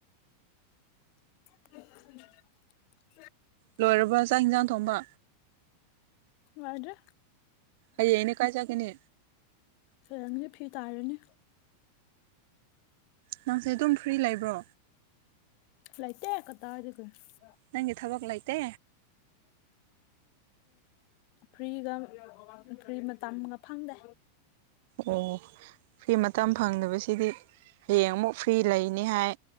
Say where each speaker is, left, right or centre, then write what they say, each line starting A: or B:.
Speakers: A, on the left; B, on the right.
A: <inaudible>
B: ꯂꯣꯏꯔꯕ ꯆꯥꯛ ꯌꯦꯟꯁꯥꯡ ꯊꯣꯡꯝꯕ
A: ꯌꯥꯗ꯭ꯔꯦ
B: ꯑꯩꯩꯅ ꯀꯥꯏ ꯆꯒꯅꯦ
A: ꯐꯔꯒꯦ ꯐꯤ ꯇꯥꯔꯅꯦ
B: ꯅꯪꯁꯦ ꯑꯗꯨꯝ ꯐ꯭ꯔꯤ ꯂꯩꯕ꯭ꯔꯣ
A: ꯂꯩꯥꯏꯇ ꯇ ꯍꯥꯏꯔ ꯈ ꯐ
B: ꯅꯪꯒꯤ ꯊꯕꯛ ꯂꯩꯇꯦ
A: ꯐ꯭ꯔꯤꯒ ꯐ꯭ꯔꯤ ꯃꯇꯝꯒ ꯐꯪꯗꯦ
B: ꯑꯣ ꯐ꯭ꯔꯤ ꯃꯇꯝ ꯐꯪꯗꯕꯁꯤꯗꯤ ꯍꯌꯦꯡ ꯑꯃꯨꯛ ꯐ꯭ꯔꯤ ꯂꯩꯅꯤ ꯍꯥꯏ